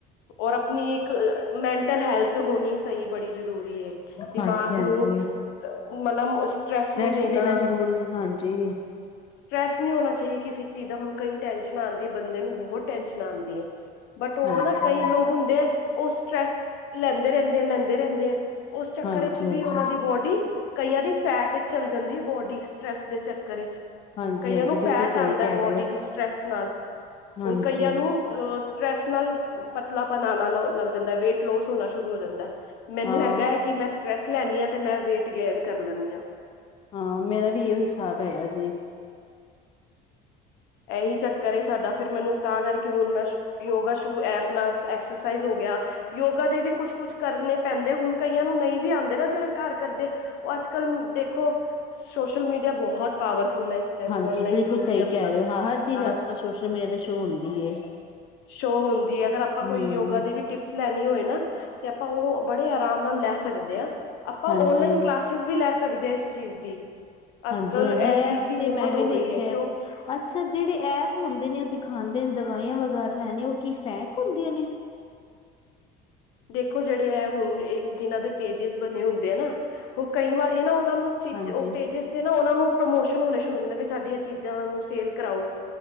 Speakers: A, on the left (about 75°); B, on the left (about 30°).
A: ਔਰ ਆਪਣੀ। ਇੱਕ, ਮੈਂਟਲ ਹੈਲਥ ਹੋਣੀ ਸਹੀ ਬੜੀ ਜ਼ਰੂਰੀ ਹੈ, ਦਿਮਾਗ
B: ਹਾਂਜੀ ਹਾਂਜੀ
A: ਨੂੰ। ਮਤਲਬ ਸਟਰੈੱਸ ਨੀ
B: ਰੈਸਟ
A: ਦੇਣਾ।
B: ਜ਼ਰੂਰ ਹਾਂਜੀ
A: ਸਟਰਟਰੈੱਸ ਨਹੀਂ ਹੋਣਾ ਚਾਹੀਦਾ ਕਿਸੇ ਚੀਜ਼ ਦਾ, ਹੁਣ ਕਈ ਟੈਨਸ਼ਨ ਆਉਂਦੀ ਹੈ ਬੰਦੇ ਨੂੰ, ਬਹੁਤ ਟੈਨਸ਼ਨ ਆਉਂਦੀ ਹੈ। ਬਟ ਉਹ
B: ਹਾਂਜੀ
A: ਨਾ ਕਈ ਲੋਕ ਹੁੰਦੇ ਹੈ। ਉਹ ਸਟਰ੍ਰੈਸ, ਲੈਂਦੇ ਰਹਿੰਦੇ, ਲੈਂਦੇ ਰਹਿੰਦੇ ਆ। ਉਸ ਚੱਕਰ
B: ਹਾਂਜੀ
A: ਵਿੱਚ ਵੀ,
B: ਹਾਂਜੀ
A: ਉਹਨਾਂ ਦੀ ਬੋਡੀ। ਕਈਆਂ ਦੀ ਸੈਟ ਵਿਚ ਚੱਲ ਜਾਂਦੀ ਹੈ ਬੋਡੀ ਸਟਰ੍ਰੈਸ ਦੇ ਚੱਕਰ ਵਿੱਚ।
B: ਹਾਂਜੀ
A: ਕਈਆਂ
B: ਹਾਂਜੀ
A: ਨੂੰ ਫੈਟ
B: ਬਿਲਕੁਲ ਸਹੀ
A: ਆਉਂਦਾ
B: ਕਹਿ
A: ਬੋਡੀ
B: ਰਹੇ ਹੋ
A: ਦੀ ਸਟਰ੍ਰੈਸ ਨਾਲ
B: ਹਾਂਜੀ
A: ਹੁਣ ਕਈਆਂ ਨੂੰ। ਮਤਲਬ ਸਟਰ੍ਰੈਸ ਨਾਲ ਪਤਲਾਪਨ ਆਉਣਾ ਲੱਗ ਜਾਂਦਾ ਵੇਟ ਲੋਸ ਹੋਣਾ ਸ਼ੁਰੂ ਹੋ ਜਾਂਦਾ ਹੈ। ਮੈਨੂੰ
B: ਹਾਂ
A: ਹੈਗਾ ਹੈ ਕਿ ਮੈਂ ਸਟਰ੍ਰੈਸ ਲੈਦੀ ਹਾਂ ਤੇ ਮੈਂ ਵੇਟ ਗੇਨ ਕਰ ਲੈਂਦੀ ਹਾਂ।
B: ਹਾਂ ਮੇਰਾ ਵੀ ਇਹੀ ਹਿਸਾਬ ਹੈਗਾ ਜੇ।
A: ਇਹੀ ਚੱਕਰ ਏ ਸਾਡਾ ਫੇਰ ਮੈਨੂੰ ਤਾਂ ਕਰਕੇ ਹੁਣ ਮੈਂ। ਯੋਗਾ ਸ਼ੁਰੂ ਐਪ ਨਾ ਆਪਣਾ ਐਕਸਰਸਾਈਜ਼ ਹੋ ਗਿਆ। ਯੋਗਾ ਦੇ ਵੀ ਕੁਛ ਕੁਛ ਕਰਨੇ ਪੈਂਦੇ ਹੁਣ ਕਈਆਂ ਨੂੰ ਨਹੀਂ ਵੀ ਆਉਂਦੇ ਨਾ ਜਿਹੜੇ ਘਰ ਕਰਦੇ। ਉਹ ਅੱਜ ਕੱਲ ਦੇਖੋ ਸੋਸ਼ਲ ਮੀਡੀਆ ਬਹੁਤ ਪਾਵਰਫੁਲ ਹੈ। ਟਾਈਮ
B: ਹਾਂਜੀ
A: ਔਨਲਾਈਨ
B: ਬਿਲਕੁਲ
A: ਜੋ ਵੀ
B: ਸਹੀ
A: ਹੈ ਆਪਣਾ।
B: ਕਹਿ ਰਹੇ ਹੋ ਹਾਂ ਹਰ ਚੀਜ਼
A: ਸਾਰਾ
B: ਅੱਜ ਕੱਲ ਸੋਸ਼ਲ ਮੀਡੀਆ ਦੇ ਸ਼ੋਅ ਹੁੰਦੀ ਹੈ
A: ਸ਼ੋਅ ਹੁੰਦੀ ਹੈ। ਅਗਰ ਆਪਾਂ ਕੋਈ
B: ਹਮ
A: ਯੋਗਾ ਦੀ। ਵੀ ਟਿਪਸ ਲੈਣੀ ਹੋਏ ਨਾ ਤੇ ਆਪਾਂ ਉਹ ਬੜੇ ਆਰਾਮ ਨਾਲ ਲੈ ਸਕਦੇ ਹਾਂ ਆਪਾਂ
B: ਹਾਂਜੀ
A: ਔਨਲਾਈਨ ਕਲਾਸ। ਕਲਾਸਿਸ ਵੀ ਲੈ ਸਕਦੇ ਹਾਂ ਇਸ ਚੀਜ਼ ਦੀ। ਅੱਜ
B: ਹਾਂਜੀ
A: ਕੱਲ
B: ਹਾਂਜੀ ਇਹ
A: ਚੀਜ਼
B: ਤੇ
A: ਬਹੁਤ
B: ਮੈਂ ਵੀ
A: ਹੋ
B: ਦੇਖਿਆ।
A: ਗਈ ਹੈ ਤੇ
B: ਅੱਛਾ ਜਿਹੜੇ ਐਪ ਹੁੰਦੇ ਨੇ ਉਹ ਦਿਖਾਂਦੇ ਨੇ ਦਵਾਈਆਂ ਵਗੈਰਾ ਲੈਣੇ ਉਹ ਕੀ ਫੈਕ ਹੁੰਦੀਆਂ ਨੇ।
A: ਦੇਖੋ ਜਿਹੜੇ ਹੈ ਹੁਣ ਜਿਹਨਾਂ ਦੇ ਪੇਜਿਸ ਬਣੇ ਹੁੰਦੇ ਆ ਨਾ ਉਹ ਕਈ ਵਾਰੀ ਨਾ ਉਨਾਂ ਨੂੰ। ਚ
B: ਹਾਂਜੀ
A: ਉਹ ਪੇਜਿਸ ਤੇ ਨਾ ਉਹਨਾ ਨੂੰ ਪ੍ਰਮੋਸ਼ਨ ਹੋਣੇ ਸ਼ੁਰੂ ਦੇ ਸਾਡੀਆਂ ਚੀਜ਼ਾਂ ਨੂੰ ਸੇਲ ਕਰਾਓ